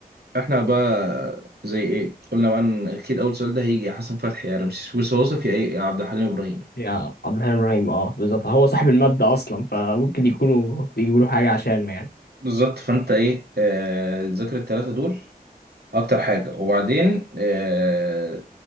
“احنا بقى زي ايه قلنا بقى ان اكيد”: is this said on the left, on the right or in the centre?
Right